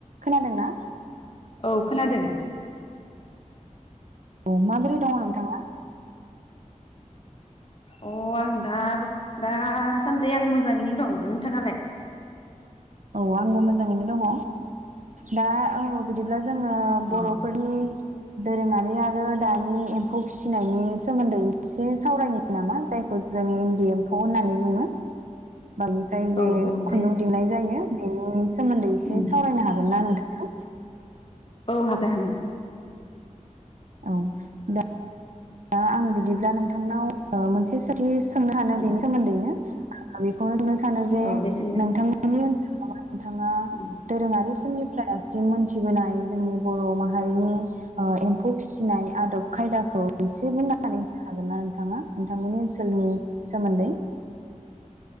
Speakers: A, on the right (about 70°); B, on the left (about 45°).
A: खोनादोंना?
B: औ खोनादों
A: औ माबोरै दङ नोंथाङा
B: अ आं दा दासान्दि आं मोजाङैनो दं नोंथाङालाय?
A: औ आंबो मोजाङैनो दङ दा औ बिदिब्ला जो जोङो बर'फोरनि
B: अ
A: दोरोङारि आरो दानि एम्फौ फिसिनायनि सोमोन्दै एसे सावरायनो नामा जायखौ जोंनि इन्दि एम्फौ होननानै बुङो बांद्राय जे
B: औ औ जायो
A: खुन्दुं दिहनाय जायो बेनि सोमोन्दै एसे
B: उम
A: सावरायनो हागोन ना नोंथांजों?
B: औ हागोन हागोन।
A: औ दा दा आं बिदिब्ला नोंथांनाव ओ मोनसे सोंथि सों सोंनो हानो
B: उम
A: बेनि सोमोन्दैनो <unintelligible> सानो जे
B: औ दे सोंलाय
A: नोंथांनि ओनसोलाव नोंथाङा
B: उम
A: दोरोङारि सु समनिफ्रायसिम मोनथिबोनाय जोंनि बर' माहारिनि ओ एम्फौ फिसिनाय आदब खायदाखौ एसे बुंनानै होनो हागोन ना नोंथाङा नोंथांमोननि ओनसोलनि सोमोन्दै?